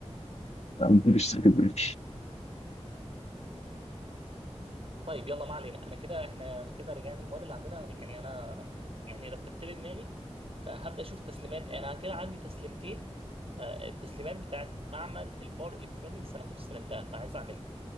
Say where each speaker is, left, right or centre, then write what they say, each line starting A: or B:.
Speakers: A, on the left; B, on the right.
A: مفيش سكت بريك.
B: طيب يلا ما علينا انا كده احنا كده رجعنا المواد اللي عندنا يعني انا يعني رتبت لي دماغي فهبدا اشوف تسليمات انا كده عندي تسليمتين آه، التسليمات بتاعت معمل البار الكترونيكس انا كنت استلمتها فعايز اعملها